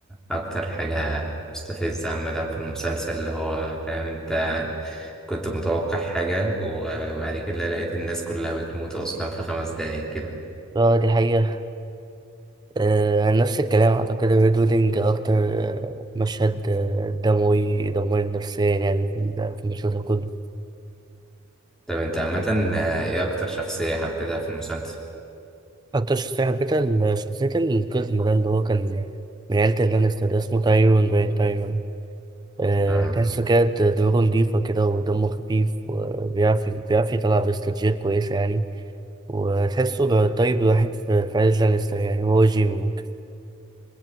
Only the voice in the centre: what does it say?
أكتر حاجة مستفزة عامة في المسلسل اللي هو فاهم انت كنت متوقع حاجة وبعد كده لقيت الناس كلها بتموت أصلا في خمس دقايق كده
طب انت عامة آه، ايه أكتر شخصية حبيتها في المسلسل؟
آه،